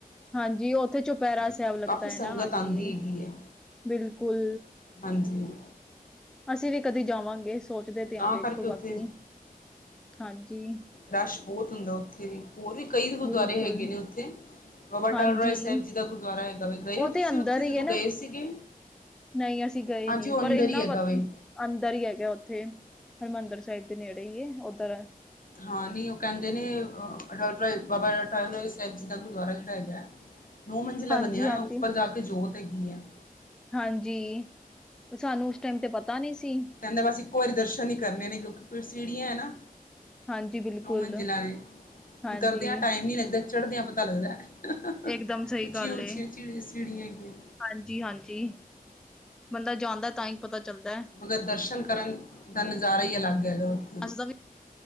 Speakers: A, in the centre; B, on the left (about 65°).
A: ਹਾਂਜੀ ਉੱਥੇ ਚੁਪੈਰਾ ਸਾਹਿਬ ਲੱਗਦਾ
B: ਕਾਫ਼ੀ ਸੰਗਤ
A: ਹੈ ਨਾ ਹਾਂਜੀ
B: ਆਉਂਦੀ ਹੈਗੀ ਹੈ
A: ਬਿਲਕੁਲ।
B: ਹਾਂਜੀ।
A: ਅਸੀਂ ਵੀ ਕਦੀ ਜਾਵਾਂਗੇ ਸੋਚਦੇ ਤੇ
B: ਤਾਂ
A: ਆ ਦੇਖੋ
B: ਕਰਕੇ ਉੱਥੇ
A: ਬਾਕੀ ਹਾਂਜੀ।
B: ਰਸ਼ ਬਹੁਤ ਹੁੰਦਾ ਉੱਥੇ ਵੀ ਹੋਰ ਵੀ ਕਈ ਗੁਰਦੁਆਰੇ
A: ਬਿਲਕੁਲ।
B: ਹੈਗੇ ਨੇ ਉੱਥੇ ਬਾਬਾ ਟੱਲ
A: ਹਾਂਜੀ,
B: ਰਾਏ ਸਾਹਿਬ ਜੀ ਦਾ ਗੁਰਦੁਆਰਾ ਹੈਗਾ ਵੇ। ਗਏ
A: ਉਹ
B: ਹੋ ਤੁਸੀਂ
A: ਤੇ ਅੰਦਰ
B: ਉੱਥੇ
A: ਹੀ
B: ਜਦੋਂ
A: ਹੈ ਨਾ
B: ਗਏ ਸੀਗੇ
A: ਨਹੀਂ ਅਸੀਂ ਗਏ
B: ਹਾਂਜੀ
A: ਨਹੀਂ
B: ਉਹ ਅੰਦਰ
A: ਪਰ ਇੰਨਾ
B: ਹੀ ਹੈਗਾ
A: ਵਧ
B: ਵੇ
A: ਅੰਦਰ ਹੀ ਹੈਗਾ ਉੱਥੇ ਹਰਿਮੰਦਰ ਸਾਹਿਬ ਦੇ ਨੇੜੇ ਹੀ ਹੈ ਉੱਧਰ।
B: ਹਾਂ ਨਹੀਂ ਉਹ ਕਹਿੰਦੇ ਨੇ <unintelligible> ਬਾਬਾ ਟੱਲ ਸਾਹਿਬ ਜੀ ਦਾ ਗੁਰਦੁਆਰਾ ਜਿਹੜਾ ਹੈਗਾ ਐ। ਨੌ ਮੰਜ਼ਿਲਾ
A: ਹਾਂਜੀ,
B: ਬਣਿਆ
A: ਹਾਂਜੀ।
B: ਉੱਪਰ ਜਾ ਕੇ ਜੋਤ ਹੈਗੀ ਹੈ।
A: ਹਾਂਜੀ ਉਹ ਸਾਨੂੰ ਉਸ ਟਾਈਮ ਤੇ ਪਤਾ ਨਹੀਂ ਸੀ।
B: ਕਹਿੰਦੇ ਬਸ ਇੱਕੋ ਵਾਰੀ ਦਰਸ਼ਨ ਹੀ ਕਰਨੇ ਨੇ ਕਿਉਂਕਿ ਸੀੜੀਆ ਹੈ ਨਾ।
A: ਹਾਂਜੀ ਬਿਲਕੁਲ।
B: ਨੌ ਮੰਜ਼ਿਲਾ ਨੇ
A: ਹਾਂਜੀ।
B: ਉਤਰਦਿਆਂ ਟਾਈਮ ਨਹੀਂ ਲੱਗਦਾ ਚੜਦਿਆਂ ਪਤਾ ਲੱਗਦਾ ਐ।
A: ਇਕਦਮ ਸਹੀ
B: ਉੱਚੀਆਂ
A: ਗੱਲ
B: ਉੱਚੀਆਂ
A: ਏ
B: ਸੀੜੀਆਂ ਹੈਗੀਆਂ।
A: ਹਾਂਜੀ ਹਾਂਜੀ ਬੰਦਾ ਜਾਂਦਾ ਤਾਂ ਹੀ ਪਤਾ ਚੱਲਦਾ ਐ।
B: ਮਗਰ ਦਰਸ਼ਨ ਕਰਨ ਦਾ ਨਜ਼ਾਰਾ ਹੀ ਅਲੱਗ ਹੈਗਾ ਉਥੇ।
A: ਅੱਜ ਦਾ ਵੀ